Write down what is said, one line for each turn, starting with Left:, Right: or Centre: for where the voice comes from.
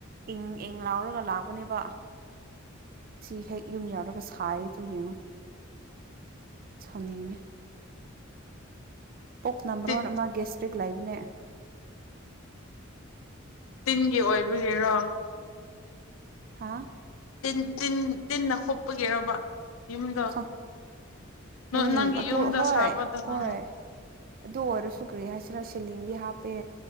Right: ꯏꯪ ꯏꯪ ꯂꯥꯎꯔꯒ ꯂꯥꯛꯄꯅꯦꯕ ꯁꯤ ꯍꯦꯛ ꯌꯨꯝ ꯌꯥꯎꯔꯒ ꯁꯥꯏꯁꯨ ꯌꯦꯡꯉꯣ ꯁꯥꯎꯅꯤꯡꯉꯦ ꯄꯣꯛ ꯅꯝꯕ꯭ꯔꯣꯟ
Left: ꯇꯤꯟ
Right: ꯑꯃ ꯒꯦꯁꯇ꯭ꯔꯤꯛ ꯂꯩꯕꯅꯦ
Left: ꯇꯤꯟꯒꯤ ꯑꯣꯏꯕꯒꯤꯔꯣ
Right: ꯍꯥꯥ
Left: ꯤꯟ ꯇꯤꯟ ꯇꯤꯟꯅ ꯍꯣꯞꯄꯒꯦꯔꯕ ꯌꯨꯝꯗ
Right: ꯈ ꯎꯝ
Left: ꯅꯪꯒꯤ
Right: ꯑꯗꯨ
Left: ꯌꯨꯝꯗ
Right: ꯍꯣꯏ
Left: ꯁꯥꯕꯗꯣ
Right: ꯍꯣꯏ
Left: ꯎꯝ
Right: ꯑꯗꯨ ꯑꯣꯏꯔꯁꯨꯨꯒ꯭ꯦ ꯍꯥꯏꯁꯤꯔ ꯁꯤꯦꯂꯤꯡꯗꯤ ꯍꯥꯞꯄꯦ